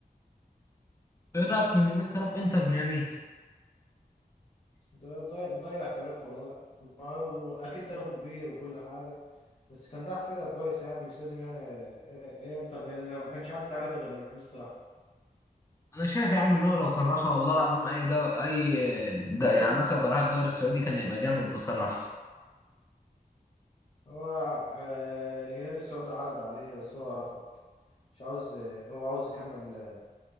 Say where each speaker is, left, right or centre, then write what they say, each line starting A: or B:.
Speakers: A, on the left; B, on the left.
A: ايه
B: بس
A: رايك في ان ميسي راح انتر ميامي
B: ده ضيع ضيع تاريخه والله لا ما هو اكيد تاريخه كبير وكل حاجة بس كان راح فرقة كويسة يعني مش لازم يعني ايه إيه إيه، انتر ميامي لو ما كانش حد عارفها غير لما ميسي راح
A: انا شايف يا عم ان هو لو كرهها والله العظيم اي دو... اي ده يعني مثلا لو كرهها الدوري السعودي كان هيبقى جامد بصراحه
B: هو آه، الهلال السعودي عرض عليه بس هو رفض مش عاوز هو عاوز يكمل